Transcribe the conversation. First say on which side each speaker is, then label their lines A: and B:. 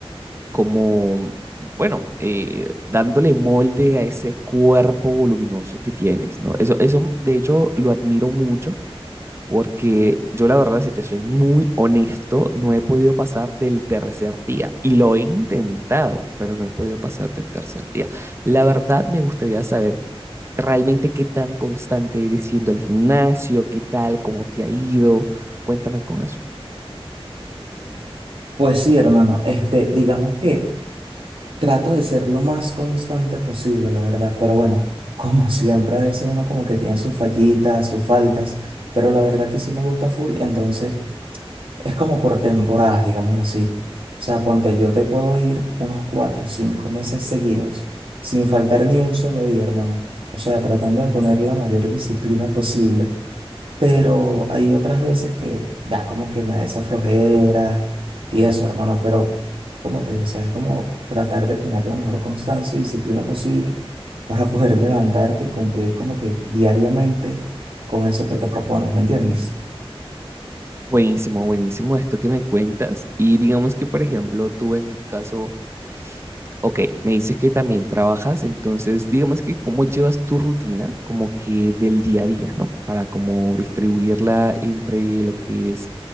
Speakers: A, on the right (about 25°); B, on the right (about 60°).
A: como, bueno, eh, dándole molde a ese cuerpo voluminoso que tienes, ¿no? Eso, eso, de hecho, lo admiro mucho. Porque yo la verdad, si te soy muy honesto, no he podido pasar del tercer día. Y lo he intentado, pero no he podido pasar del tercer día. La verdad, me gustaría saber realmente qué tan constante eres siendo al gimnasio, qué tal, cómo te ha ido. Cuéntame con eso.
B: Pues sí, hermano, este, digamos que trato de ser lo más constante posible, la verdad, pero bueno, <laughs> como siempre, a veces uno como que tiene sus fallitas, sus faltas, pero la verdad que sí me gusta full y entonces es como por temporadas, digámoslo así. O sea, ponte, yo te puedo ir unos cuatro o cinco meses seguidos, sin faltar ni un solo día, hermano. O sea, tratando de poner la mayor disciplina posible pero hay otras veces que ya como que me da esa flojera y eso, hermano, pero como te digo, o sea, es como tratar de tener la mejor constancia y disciplina posible para poder levantarte y cumplir como que diariamente con eso que te propones, ¿me entiendes?
A: Buenísimo, buenísimo esto que me cuentas. Y digamos que, por ejemplo, tú en tu caso Ok, me dices que también trabajas, entonces digamos que cómo llevas tu rutina como que del día a día, ¿no? Para como distribuirla entre lo que es,